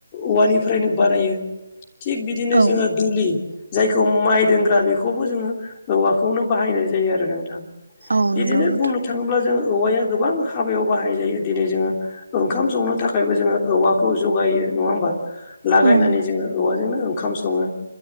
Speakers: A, on the left (about 25°); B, on the right (about 85°).
A: औवानिफ्रायनो बानायो। थिग बिदिनो
B: औ
A: जोंङो। दुलि जायखौ माइ दोनग्रा बेखौबो जोंङो औवाखौनो बाहायनाय जायो आरो नोंथां।
B: औ
A: बिदिनो
B: नंगौ नोंथां
A: बुंनो थांङोब्ला जों औवाया गोबां हाबायाव बाहाय जायो। दिनै जोंङो ओंखाम संनो थाखायबो जोंङो औवाखौ जगायो नङा होमबा? लागायनानै
B: औ नंगौ
A: जोंङो औवाजोंनो ओंखाम संङो